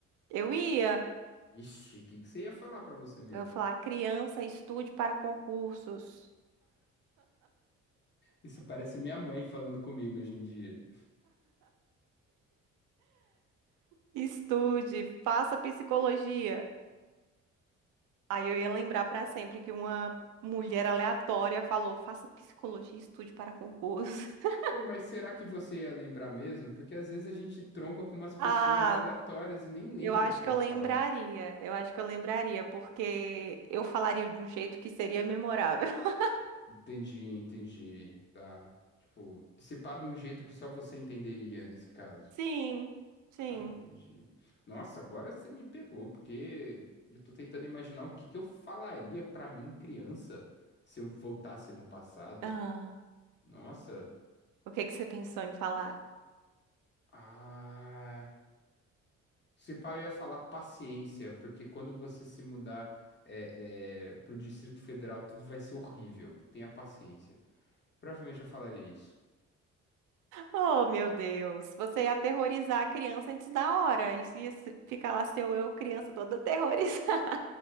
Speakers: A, on the right; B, on the left.
A: Eu ia.
B: Ixi, o que que você ia falar pra você mesmo?
A: Eu ia falar, criança, estude para concursos.
B: Isso parece minha mãe falando comigo hoje em dia.
A: Estude, faça psicologia. Aí eu ia lembrar para sempre que uma mulher aleatória falou, faça psicologia, e estude para concursos. <laughs>
B: Pô, mas será que você ia lembrar mesmo? Porque às vezes a gente tromba com umas pessoas
A: Ah,
B: aleatórias e nem lembra
A: Eu acho
B: o que que
A: que
B: elas
A: eu lembraria.
B: falaram.
A: Eu acho que eu lembraria, porque eu falaria de um jeito que seria memorável. <laughs>
B: Entendi, entendi. Tá. Tipo, se pá de um jeito que só você entenderia nesse caso.
A: Sim, sim.
B: Tá, entendi. Nossa, agora você me pegou, porque eu tô tentando imaginar o que que eu falaria pra mim, criança, se eu voltasse no passado.
A: Ah,
B: Nossa.
A: o que que você pensou em falar?
B: Ah. Se pá, eu ia falar paciência, porque quando você se mudar é, é, pro Distrito Federal, tudo vai ser horrível. Tenha paciência. Provavelmente eu falaria isso.
A: Oh, meu Deus, você ia aterrorizar a criança antes da hora. Isso ia se- ficar lá seu eu, criança, toda aterrorizada.